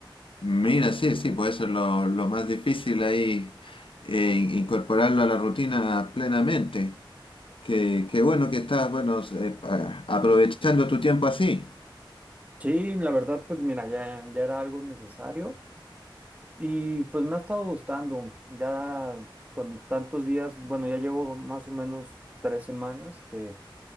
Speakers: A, on the left; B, on the right.
A: Mira, sí, sí, pues eso es lo, lo más difícil ahí, eh, incorporarlo a la rutina plenamente. Qué, qué bueno que estás, bueno, eh, pa- aprovechando tu tiempo así.
B: Sí, la verdad, pues mira, ya, ya era algo necesario. Y pues me ha estado gustando, ya con tantos días, bueno, ya llevo más o menos tres semanas que,